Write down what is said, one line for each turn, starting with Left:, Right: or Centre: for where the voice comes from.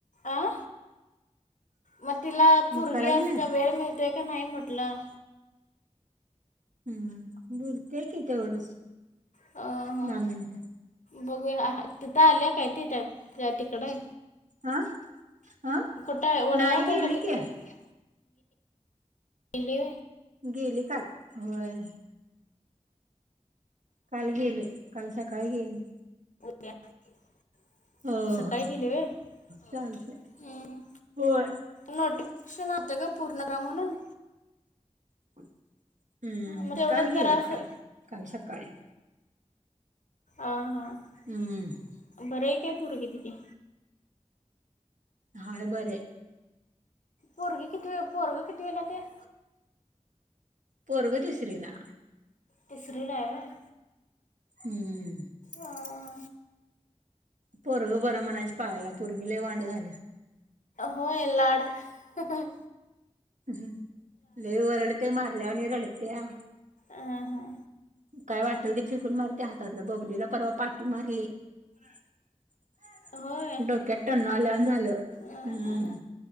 Left: अं मग तिला पोरगी
Right: मग करायची
Left: असत्या
Right: नाही
Left: वेळ मिळतोय का नाही म्हटलं.
Right: हम्म. बोलत्या कि तेवढच
Left: अ ह
Right: दहा मिनट.
Left: बघूया तिथं आल्या कायकी या तिकडे,
Right: हा हा
Left: कुठे वडगावत
Right: नाही गेले
Left: आहे का तिकडे
Right: की
Left: आहे? गेली होय.
Right: गेली काल होय. काल गेले काल सकाळी गेले.
Left: ध <unintelligible>
Right: हो
Left: सकाळी
Right: हो
Left: गेली व्हय? हो
Right: चालतय
Left: हं
Right: होय
Left: नोटिफिकेशन आलत ग. पूर्ण काम म्हणून.
Right: <inaudible> हम्म हम्म
Left: मग तेवढंच
Right: काल
Left: जरासं
Right: गेल्या काल. काल सकाळी.
Left: अं हं.
Right: हम्म
Left: बरे के पुरगी तिजी?
Right: हाय बरेहाय.
Left: पोरगी किती वी पोरग कितवीला ते?
Right: पोरगं तीसरी ला.
Left: तीसरीलाय व्हय?
Right: हम्म.
Left: हा
Right: पोरगं बरं म्हणायची पाळी आल्या पोरगी लई वांड झालीया.
Left: होय लाड हं, अ.
Right: हम. लई वरडते मारल्यानी रडत्या.
Left: आ, हां.
Right: <inaudible> काय वाटल ते फिकून मारते हातातलं बबलीला परवा पा डी मारली <unintelligible>
Left: होय
Right: डोक्यात टन वाल्या झाल. <inaudible>
Left: हां
Right: हम्म,
Left: हां
Right: <inaudible>